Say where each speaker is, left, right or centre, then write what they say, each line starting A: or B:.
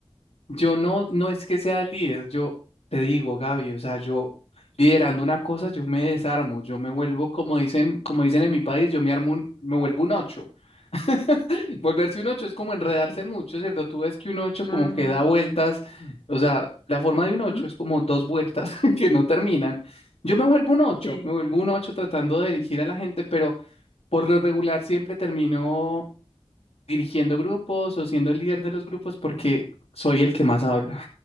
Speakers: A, on the left; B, on the left.
A: Yo no, no es que sea el líder, yo te digo, Gaby, o sea, yo liderando una cosa, yo me desarmo, yo me vuelvo, como dicen, como dicen en mi país, yo me armo un- me vuelvo un ocho. <laughs> Volverse un ocho es como enredarse
B: Sí.
A: mucho, ¿cierto? Tú ves que un ocho
B: Ah,
A: como que da vueltas,
B: ya.
A: o sea, la forma de un ocho
B: Ajá.
A: es como dos vueltas <laughs> que no terminan. Yo me vuelvo un ocho,
B: Sí,
A: me vuelvo un ocho tratando de dirigir a la gente, pero por lo regular siempre termino dirigiendo grupos o siendo el líder de los grupos porque soy el que más habla